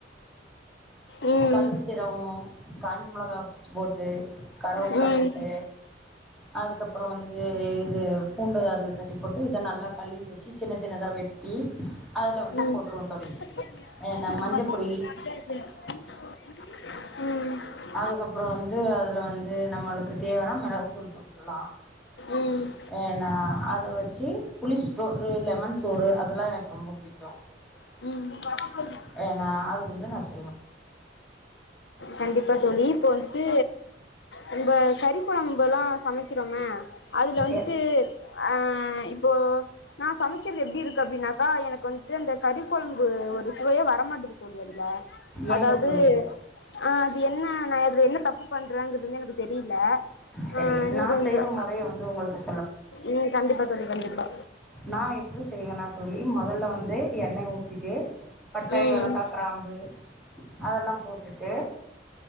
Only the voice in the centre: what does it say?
கடுவு சிரவோ காஞ்சி மெளகா பிச்சி போட்டு கருவேப்புல
போட்டு அதுக்கப்புற வந்து இது பூண்டு அதுல தட்டி போட்டு இத நல்லா கழுவி வச்சு சின்ன சின்னதா வெட் டி அதுல வந்து
போட்ருவோ தோழி
ஏன்னா மஞ்சப்பொடி
அதுக்கப்புறோ வந்து அதில வந்து நம்மளுக் க்கு தேவனா மெளகுத்தூள் போட்டுக்கலா
ஏனா அத வச்சு புளி சோறு லெமன் சோறு அதெல்லா எனக்கு ரொம்ப புடிக்கு
ஏனா ஆது வந்து நா செய்
ஏ
ஏங்க தோழி
சரி
நான்
செய்கிற முறைய வந்து உங்களுக்கு
நா எப்டி செய்வன்னா தோழி மொதல்ல வந்து எண்ணய் ஊத் திட்டு பட்ட
எலக்கா க்ராம்பு அதெல்லாம் போட்டுட்டு